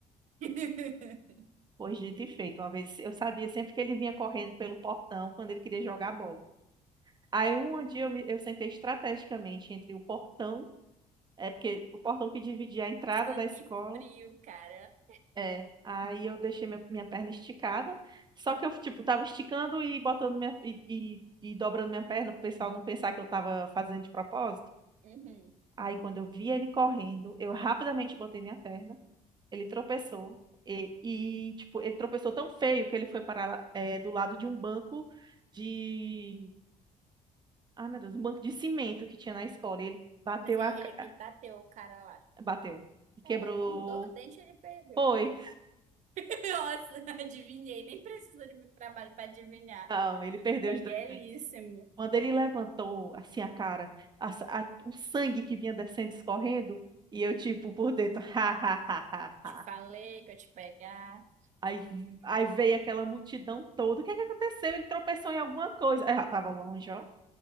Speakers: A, on the right; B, on the right.
A: <laughs>
B: Pois dito e feito. Uma vez eu sabia sempre que ele vinha correndo pelo portão quando ele queria jogar bola. Aí um dia eu, me- eu sentei estrategicamente entre o portão, é porque o portão que dividia a entrada
A: Sangue
B: da escola
A: frio, cara.
B: É, aí eu deixei meu- minha perna esticada, só que eu, tipo, tava esticando e botando minha, e, e, e dobrando minha perna pro pessoal não pensar que eu tava fazendo de propósito.
A: Uhum.
B: Aí quando eu vi ele correndo, eu rapidamente botei minha perna, ele tropeçou, e, e tipo, ele tropeçou tão feio que ele foi parar, lá, é, do lado de um banco de... Ai, meu Deus, um banco de cimento que tinha na escola, e ele bateu
A: Mas ele,
B: a...
A: ele,
B: ca-
A: ele bateu o cara lá.
B: Bateu, e quebrou...
A: É, um dor dente e ele perdeu.
B: Foi,
A: <laughs> Nossa, adivinhei. Nem precisou de muito trabalho pra adivinhar.
B: não, ele perdeu
A: Banguelíssimo.
B: os dois dentes. Quando ele levantou assim a cara, a sa- a- o sangue que vinha descendo, escorrendo, e eu tipo por dentro, <laughs> ha, ha, ha, ha,
A: Te
B: ha.
A: falei que eu ia te pegar.
B: Aí, aí veio aquela multidão toda. O que é que aconteceu? Ele tropeçou em alguma coisa. Aí já tava longe, ó.